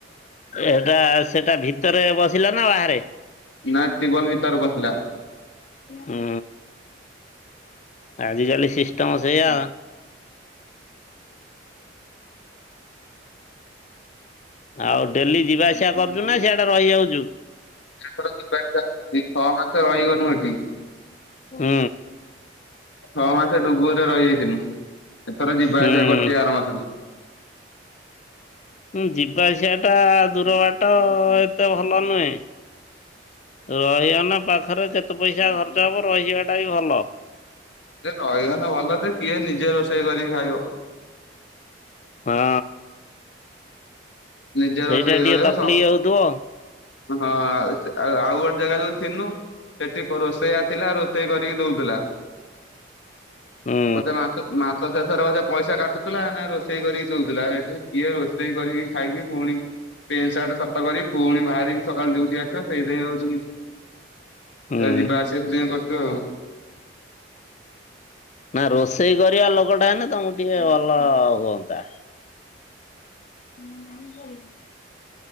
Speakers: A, on the left (about 40°); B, on the left (about 70°).
A: ଏଟା ସେଟା ଭିତରେ ବସିଲା ନା ବାହାରେ?
B: ନା ଟିବଲ ଭିତରେ ବସିଲା।
A: ହୁଁ, ଆଜିିକାଲି ସିଷ୍ଟମ ସେଇଆ। ଆଉ ଡେଲି ଯିବା ଆସିବା କରୁଛୁ ନା ସେଆଡେ ରହିଯାଉଛୁ?
B: <unintelligible> ଛଅ ମାସ ରହିଗନୁ ହେଠି।
A: ହୁଁ।
B: ଛଅ ମାସ ଡୁବୁରିରେ ରହିଯାଇଥିଲୁଁ। ଏଥର ଯିବା
A: ହୁଁ।
B: ଆସିବା କରୁଛି ଆର ମାସଠୁ
A: ହୁଁ ଯିବା ଆସିବା ଟା ଦୂର ବାଟ ଏତେ ଭଲ ନୁହେଁ ରହିଯାଉନା ପାଖରେ କେତେ ପଇସା ଖର୍ଚ୍ଚ ହବ, ରହିଯିବାଟା ବି ଭଲ।
B: ସେ ରହିଗଲେ ଭଲ ଯେ, କିଏ ନିଜେ ରୋଷେଇ କରିକି ଖାଇବ?
A: ହଁ।
B: ନିଜେ
A: ସେଇଟା
B: ରୋଷେଇ କରିବ
A: ଟିକେ ତକଲିିକ୍
B: ସବ
A: ହଉଥିବ।
B: ହଁ ଆଉ ଆଉ ଗୋଟେ ଜାଗା ଯୋଉ ଥିଲୁଁ ସେଠି କ ରୋଷେଇଆ ଥିଲା ରୋଷେଇ କରିକି ଦଉଥିଲା।
A: ହୁଁ।
B: ବୋଧେ ମାସ ମାସ ଶେଷରେ ବୋଧେ ପଇସା କାଟୁଥିଲା ନା ରୋଷେଇ କରିକି ଦଉଥିଲା ସେଇଠି କିଏ ରୋଷେଇ କରିକି ଖାଇକି ପୁଣି ପେନ୍ଟ ସାର୍ଟ ସଫା କରିକି, ପୁଣି ବାହାରିକି ସକାଳୁ ଡ୍ୟୁଟି ଆସି ସେଇଥିପାଇଁ ହଉଛି
A: ହୁଁ
B: ଯିବା ଆସିବା ସେଥିପାଇଁ କରୁଛୁ ଆଉ
A: ନା ରୋଷେଇ କରିବା ଲୋକଟା ହେଲେ ତମକୁ ଟିକେ ଭଲ ହୁଅନ୍ତା। <inaudible>